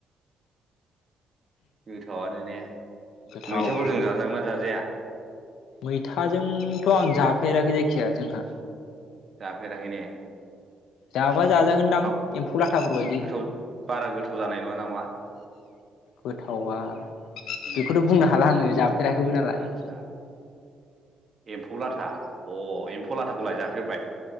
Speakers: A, on the right; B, on the left.
A: गोथावानो ने
B: गोथाव
A: मैथाफोरजों जाजागोन ना जाजाया?
B: मैथाजोंथ' आं जाफेराखै जायखिया जोंहा।
A: जाफेराखै ने?
B: जाबा जाजागोनदां
A: थाव
B: एम्फौ लाथाफोरबायायदि।
A: गोथाव बारा गोथाव जानाय नङा नामा
B: गोथावा
A: उम
B: बेखौथ' बुंनो हाला आङो। फेराखैबो नालाय।
A: आदसा एम्फौ लाथा अ एम्फौ लाथाखौलाय जाफेरबाय?